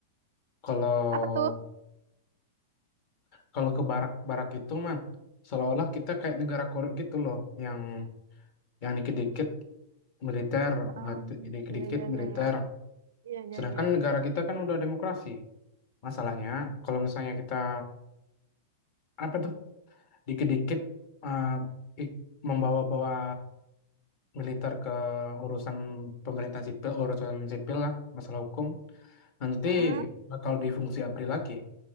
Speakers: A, on the left; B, on the right.
A: Kalau
B: Apa tuh?
A: kalau ke barak-barak itu mah seolah-olah kita kayak negara korup gitu loh, yang yang dikit-dikit militer,
B: Em,
A: eh, t- dikit-dikit
B: Iya, iya,
A: militer.
B: iya, iya. Iya,
A: Sedangkan
B: iya,
A: negara kita kan udah demokrasi. Masalahnya kalau misalnya kita apa tuh dikit-dikit eh, ik- membawa-bawa Militer ke urusan pemerintahan sipil, urusan sipil lah, masalah hukum, nanti
B: iya.
A: bakal di fungsi ABRI lagi.